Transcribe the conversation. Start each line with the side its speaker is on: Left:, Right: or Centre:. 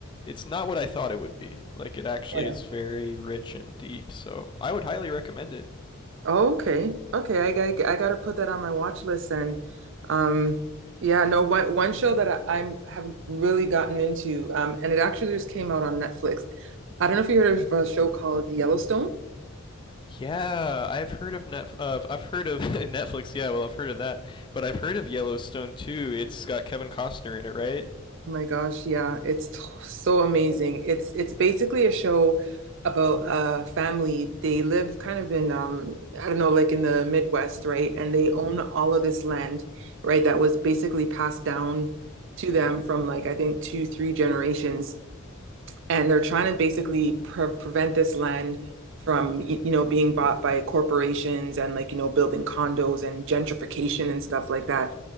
Left: it's not what I thought it would be. Like it actually
Right: Yeah.
Left: is very rich and deep, so I would highly recommend it.
Right: Oh, okay. Okay, I got I got to put that on my watch list and um yeah, no one one show that I, I'm have really gotten into um and it actually just came out on Netflix. I don't know if you heard of a show called Yellowstone.
Left: Yeah, I've heard of Net of I've heard of <laughs> Netflix. Yeah, well, I've heard of that, but I've heard of Yellowstone too. It's got Kevin Costner in it, right?
Right: Oh my gosh, yeah, it's t- so amazing. It's it's basically a show about a family. They live kind of in um I don't know like in the Midwest, right? And they own all of this land, right? That was basically passed down to them from like I think two, three generations. and they're trying to basically pre prevent this land from you know being bought by corporations and like you know building condos and gentrification and stuff like that